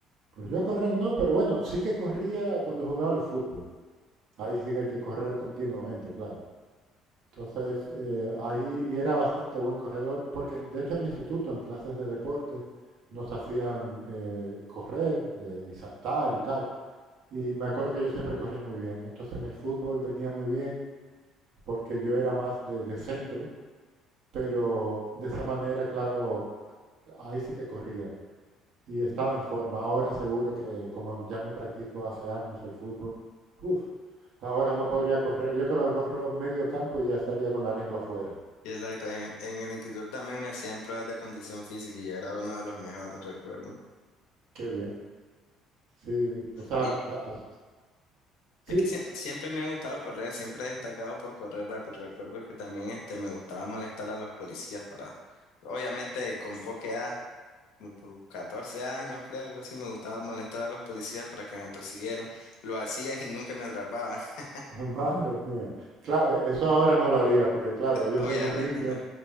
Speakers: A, on the right; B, on the left.
A: Pues yo correr no, pero bueno, sí que corría cuando jugaba al fútbol. Ahí sí que hay que correr continuamente, claro. Entonces, eh, ahí y era bastante buen corredor, porque de hecho en el instituto, en clases de deporte, nos hacían eh, correr eh, y saltar y tal. Y me acuerdo que yo siempre corría muy bien. Entonces en el fútbol venía muy bien porque yo era más de de centro. pero de esa manera, claro, ahí sí que corría y estaba en forma. Ahora seguro que como ya no practico hace años el fútbol, uf, ahora no podría correr. Yo creo que corro medio campo y ya estaría con la lengua afuera.
B: Y Exacto, en el, en el instituto también me hacían pruebas de condición física y yo era uno de los mejores, recuerdo.
A: Qué bien. Sí, o sea,
B: Y,
A: la- o-
B: Es
A: sí,
B: que sie- siempre me ha gustado correr, siempre he destacado por correr rápido. Recuerdo que también este, me gustaba molestar a los policías para, obviamente con poca edad, como por 14 años, creo, algo así, me gustaba molestar a los policías para que me persiguieran. Lo hacían y nunca me atrapaban, <laughs>
A: <laughs> madre mía. Claro, eso ahora no lo harías porque claro, ellos
B: obviamente,
A: ven un niño,
B: ¿no?